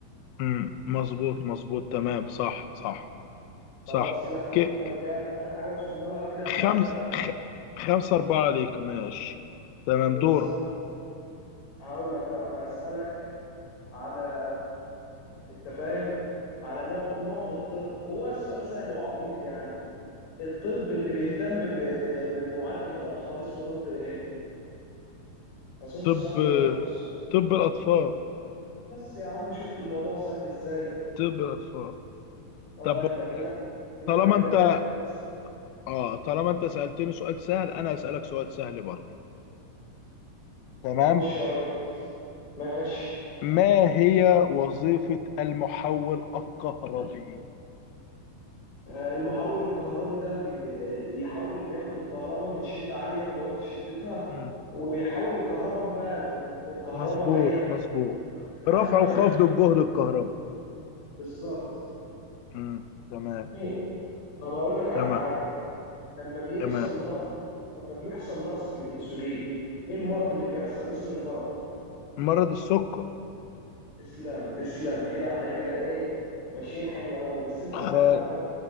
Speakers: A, on the left; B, on the left.
A: امم مظبوط مظبوط تمام صح صح صح
B: خلاص كده احنا وصلنا
A: ك... ك...
B: لكام اخر حاجه وصلنا لها كده خمسة
A: خمس
B: أربعة
A: خ... خمسة أربعة عليك ماشي تمام
B: بالظبط
A: دورك
B: هقول لك بقى هسألك على انت فاهم على نوع نوع في الطب هو السؤال سهل وعبيط يعني الطب اللي بيهتم ب... ب... ب- بمعالجة الأطفال اسمه طب ايه أظن
A: طب
B: السؤال مجاوب نفسه
A: طب الأطفال
B: بس يا عم شفت الموضوع سهل ازاي
A: طب الأطفال
B: اه
A: طب
B: يبقى كده احنا كده
A: طالما
B: احنا كده
A: انت
B: كام خمسة
A: اه طالما انت سألتني سؤال سهل انا هسألك سؤال سهل برضه تمام
B: خش يا ريس ماشي
A: ما هي وظيفة المحول الكهربي
B: آه، المحول الكهربي ده بي- بيحول بياخد الكهرباء من شدة عالية بيوطي شدتها
A: مم.
B: وبيحول الكهرباء بقى من من كهرباء
A: مظبوط
B: جاية من
A: مظبوط
B: عالي
A: رفع
B: ان هو
A: وخفض
B: يدخل
A: الجهد الكهربي
B: بالظبط
A: مم. تمام
B: يعني طب هقول لك على
A: تمام
B: حاجة لما بيحصل
A: تمام
B: نقص لما بيحصل نقص في الانسولين ايه المرض اللي بيحصل اسم المرض
A: مرض السكر
B: تسلم تسلم كده احنا كده ايه ماشيين حلو قوي بس انت
A: خ...
B: عندك معلومات